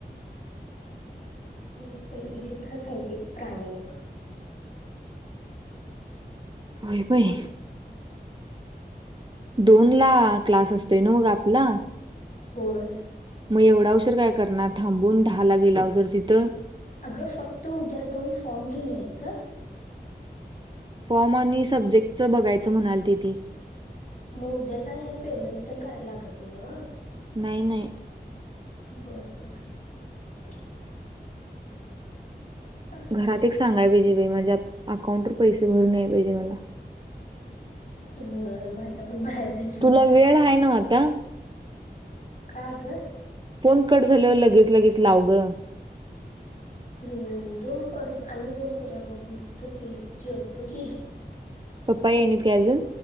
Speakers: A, on the left (about 55°); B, on the right (about 25°).
A: न्यूजपे विचित्र हाय ते प्राणी एक.
B: होय बाई. दोन ला क्लास असतोय ना नव्ह ग आपला.
A: होय.
B: मग एवढा उशिर काय करणार थांबून. दहा ला गेलाव तर तिथं.
A: अगं फक्त उद्या जाऊन फॉर्म घेऊन यायचं.
B: फॉर्म आणि सब्जेक्टच बघायचं म्हणाती ती.
A: मग उद्या काय पेमेंट तेन करायला लागत नाही नव्ह.
B: नाही नाही.
A: बरं बरं. चालते
B: घरात एक सांगाय पाहिजे माझ्या अकाउंट वर पैसे भरून यायला पाहिजे मला.
A: होय माझ्या पण भराय. पाहिजे मग
B: तुला वेळ हाय नव्ह आता.
A: का ग.
B: फोन कट झाल्यावर लगेच लगेच लाव ग.
A: हम्म, दोन कर आणि दोन करुया बग तो की जेवतो की.
B: पप्पा यायनीत काय अजून?